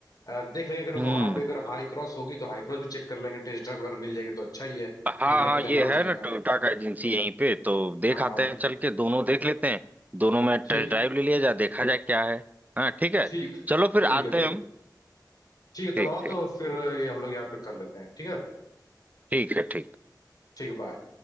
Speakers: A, on the left; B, on the right.
A: अ, देख लेंगे अगर
B: हम्म
A: वहां पे अगर हाई क्रॉस होगी तो हाई क्रॉस भी चेक कर लेंगे टेस्ट ड्राइव अगर मिल जाएगी तो अच्छा ही है
B: हाँ
A: नहले
B: हाँ
A: पे दहला
B: ये
A: हो जाएगा
B: है ना टोयोटा का एजेंसी यहीं पे तो देख
A: हाँ
B: आते
A: हाँ
B: हैं चल के दोनों देख लेते हैं दोनों में
A: ठीक
B: टेस्ट ड्राइव ले लिया जाए देखा जाए क्या है हाँ ठीक है
A: ठीक
B: चलो फिर
A: ठीक
B: आते
A: है ठीक
B: हैं हम
A: ठीक है
B: ठीक
A: तब आओ
B: ठीक
A: तो फिर ये हम लोग यहाँ पे कर लेते हैं ठीक है
B: ठीक है ठीक
A: ठीक है बाय